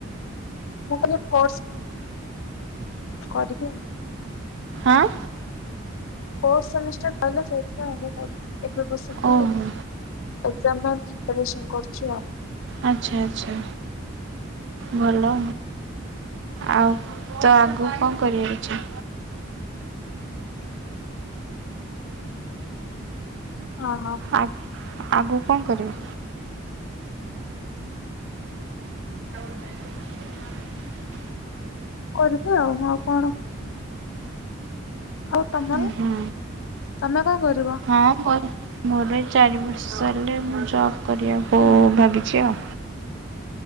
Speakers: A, on the left; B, on the right.
A: ମୁଁ କହିଲି ଫୋର୍ସ କରିବି ଆଉ।
B: ଆଁ
A: ଫୋର୍ଥ ସେମିଷ୍ଟର ସଇଲା ସେଥିପାଇଁ ଏବେ ପଢ ଏବେ ବସିକି
B: ଓହୋ
A: ଏକ୍ଜାମ ପାଇଁ ପ୍ରିପାରେସନ୍ କରୁଛି ଆଉ।
B: ଆଚ୍ଛା ଆଚ୍ଛା। ଭଲ ଆଉ ତ ଆଗକୁ କଣ କରିବାକୁ ଚା
A: ଓହ।
B: ଆ ଆଗକୁ କଣ କରିବ? <inaudible>
A: କରିବି ଆଉ ଆଉ କଣ ଆଉ ତମର
B: ହୁଁ
A: ତମେ କଣ କରିବ?
B: ହଁ ମୋ ମୋର ଏଇ ଚାରି ବର୍ଷ ହେଲେ ମୁଁ ଜବ୍ କରିବାକୁ
A: ହଁ,
B: ଭାବିଛି ଆଉ।